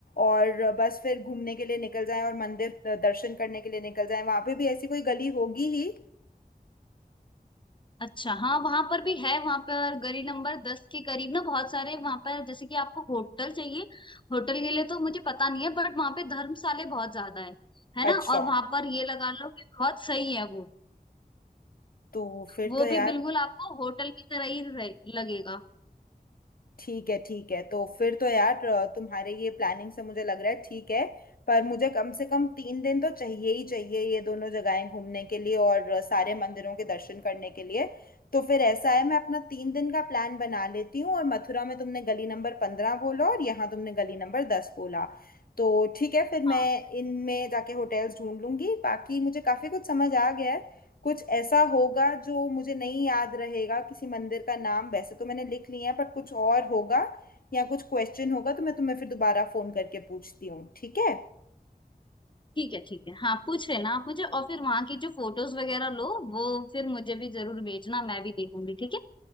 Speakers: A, on the left; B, on the left.
A: और अ, बस फिर घूमने के लिए निकल जाएं और मंदिर अ, दर्शन करने के लिए निकल जाएं वहाँ पे भी ऐसी कोई गली होगी ही
B: अच्छा हाँ वहां पर भी है वहां पर गली नंबर दस के करीब ना बहुत सारे वहां पर जैसे कि आपको होटल चाहिए होटल के लिए तो मुझे पता नहीं है बट वहां पे धर्मशाले बहुत ज्यादा है है
A: अच्छा
B: ना और वहां पर ये लगा लो कि बहुत सही है वो
A: तो फिर
B: वो
A: तो यार
B: भी बिल्कुल आपको होटल की तरह ही रहे- लगेगा
A: ठीक है ठीक है तो फिर तो यार अ, तुम्हारे ये प्लानिंग से मुझे लग रहा है ठीक है पर मुझे कम से कम तीन दिन तो चाहिए ही चाहिए ये दोनों जगहें घूमने के लिए और अ, सारे मंदिरों के दर्शन करने के लिए तो फिर ऐसा है मैं अपना तीन दिन का प्लान बना लेती हूँ और मथुरा में तुमने गली नंबर पंद्रह बोला और यहाँ तुमने गली नंबर दस बोला तो ठीक है फिर
B: हाँ
A: मैं इनमें जाके होटल्स ढूंढ लूंगी बाकी मुझे काफ़ी कुछ समझ आ गया है कुछ ऐसा होगा जो मुझे नहीं याद रहेगा किसी मंदिर का नाम वैसे तो मैंने लिख लिया है पर कुछ और होगा या कुछ क्वेश्चन होगा तो मैं तुम्हें फिर दोबारा फोन करके पूछती हूँ ठीक है
B: ठीक है ठीक है हाँ पूछ लेना आप मुझे और फिर वहां की जो फोटोज वगैरह लो वो फिर मुझे भी जरूर भेजना मैं भी देखूंगी ठीक है